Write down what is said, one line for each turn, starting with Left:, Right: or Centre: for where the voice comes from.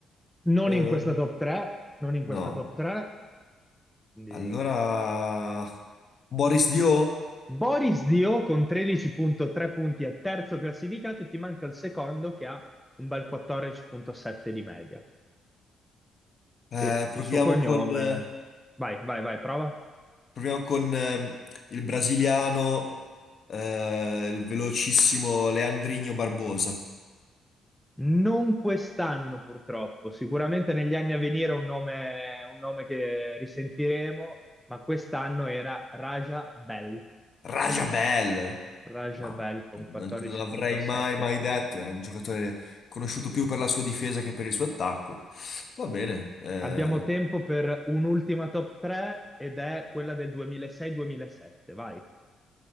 Centre: Non
Left: Eh,
Centre: in questa top 3, non in
Left: no.
Centre: questa top 3. Quindi...
Left: Allora... Boris Dio?
Centre: Boris Dio con 13.3 punti è terzo classificato, ti manca il secondo che ha un bel 14.7 di media.
Left: Eh,
Centre: E il
Left: proviamo
Centre: suo cognome...
Left: con, eh,
Centre: Vai, vai, vai, prova.
Left: proviamo con, ehm, il brasiliano, eh, il velocissimo Leandrinho Barbosa.
Centre: Non quest'anno purtroppo, sicuramente negli anni a venire è un nome, un nome che risentiremo, ma quest'anno era Raja Bell.
Left: Rajabel!
Centre: Raja
Left: Ma
Centre: Bell con
Left: non,
Centre: 14.7
Left: non avrei mai, mai
Centre: punti.
Left: detto. Era un giocatore conosciuto più per la sua difesa che per il suo attacco. Va bene. eh,
Centre: Abbiamo tempo per un'ultima top 3 ed è quella del 2006-2007. Vai.